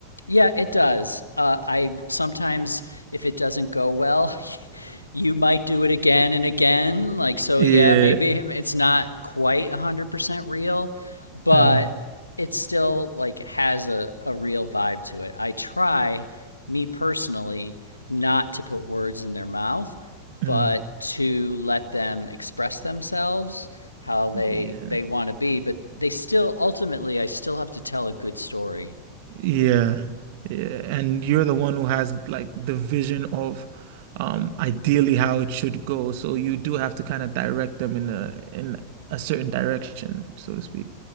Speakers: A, on the left; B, on the right.
A: Yeah, it does. Uh, I sometimes, if it doesn't go well, <laughs> you might do it again and again. Like, so
B: Yeah.
A: yeah, maybe it's not quite 100% real, but
B: Mm,
A: it still like has a, a real vibe to it. I try, me personally, not to put words in their mouth, but
B: mm,
A: to let them express themselves how they
B: yeah,
A: they want to be, but they still ultimately I still have to tell a good story
B: yeah, yeah. And you're the one who has like the vision of um ideally how it should go. So you do have to kind of direct them in a in a certain direction, so to speak.